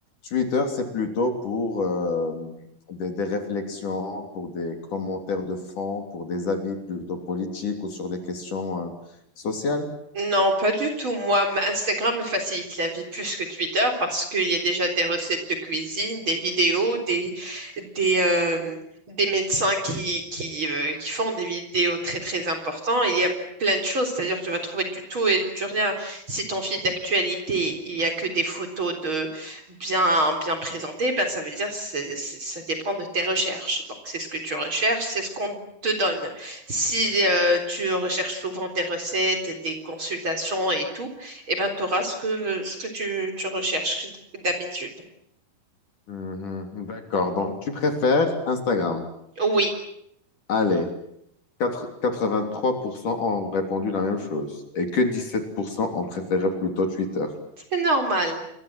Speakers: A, on the left (about 50°); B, on the right (about 30°).
A: Twitter, c'est plutôt pour euh, des, des réflexions, pour des commentaires de fond, pour des avis plutôt politiques ou sur des questions euh, sociales.
B: Non, pas du tout. Moi, ma- Instagram me facilite la vie plus que Twitter parce qu'il y a déjà des recettes de cuisine, des vidéos, des, des, euh, des médecins qui, qui, euh, qui font des vidéos très très importantes. Il y a plein de choses, c'est-à-dire tu vas trouver du tout et du rien. Si ton fil d'actualité, il n'y a que des photos de bien, bien présentées, ben ça veut dire que ça dépend de tes recherches. Donc c'est ce que tu recherches, c'est ce qu'on te donne. Si euh, tu recherches souvent tes recettes, des consultations et tout, eh ben, tu auras ce que, ce que tu, tu recherches d'habitude.
A: Mhm, d'accord, donc tu préfères Instagram.
B: Oui,
A: Allez. Quatre- quatre vingt trois pour cent ont répondu la même chose et que 17% ont préféré plutôt Twitter.
B: c'est normal.